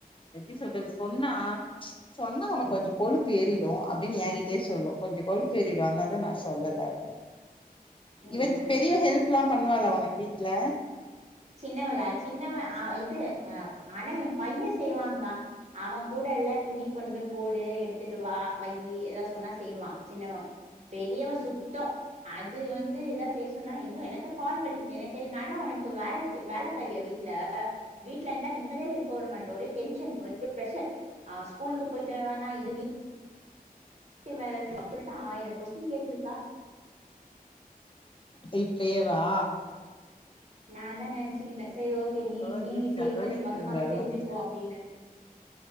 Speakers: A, on the left; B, on the right.
A: எப்டி சொல்றது சொன்னா சொன்னா உனக்கு கொஞ்சோ கொழுப்பு ஏறிடு அப்டின்னு ஏங்கிட்டயே சொல்லு, கொஞ்சோ கொழுப்பு ஏறிடு அதனாலதா நா சொல்லல அப்டின்னு
B: ஐயோ
A: இவ பெரியவ ஹெல்ப்ல்லா பண்ணுவாலா உனக்கு வீட்ல
B: சின்னவலா சின்னவன ஆ இது அ ஆனா ஏ பைய செய்வாங்க்கா அவ கூட எல்லா துணி கொண்டு போய் போடு எடுத்துட்டு வா வையி ஏதா சொன்னா செய்வா சின்னவ பெரியவ சுத்தோ அது வந்து ஏதா செய்ய சொன்னா ஐயோ எனக்கு கால் வலிக்குது எனக்கு கை நானு வேல வேலக்காரியா வீட்ல வீட்ல இருந்தா நிம்மதியாவே இருக்க உட மாட்ட ஒரே டென்ஷன் ஒரே ப்ரஷர் ஆ ஸ்கூலுக்கு போய்ட்டு வருவானா இது வீட் வீட்டு வேல செய்துக்கு ஆயிரோ கொஸ்டின் கேக்குதுக்கா
A: இப்பயேவா
B: நாந்தா நெனச்சிகின்ன சரி ஓகே நீ
A: ஐயோ
B: நீ நீ செய்வ
A: கடவுளே
B: நீ மொத்தமாவே
A: இவங்கல்லா
B: செஞ்சுக்கோ அப்டின்னு